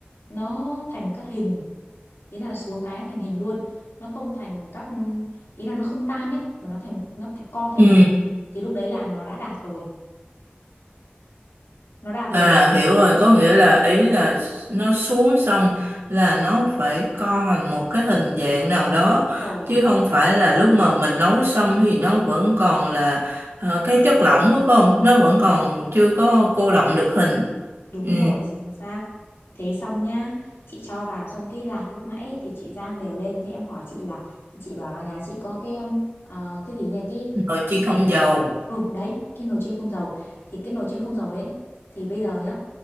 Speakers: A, on the left; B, on the right.
A: nó thành các hình ý là xuống cái nó thành hình luôn nó không thành các ý là nó không tan ấy mà nó thành nó thành co thành
B: Ừ.
A: một cái hình. thì lúc đấy là nó đã đạt rồi nó đạt
B: À
A: rồi
B: hiểu rồi, có nghĩa là ý là nó xuống xong là nó phải co thành một cái hình dạng nào đó
A: Đúng rồi
B: chứ không phải là lúc mà mình nấu xong thì nó vẫn còn là ờ, cái chất lỏng đó, phải không? Nó vẫn
A: đúng
B: còn chưa có cô đọng được hình.
A: Đúng
B: Ừ,
A: rồi, chính xác. Thế xong nhá, chị cho vào xong cái lạc lúc nãy ấy, thì chị rang đều lên. Thế em hỏi chị là, chị bảo là nhà chị có cái um, ờ, cái gì nhỉ, cái
B: nồi chiên không dầu.
A: Ừ đấy cái nồi chiên không dầu Thì cái nồi chiên không dầu ấy Thì bây giờ nhá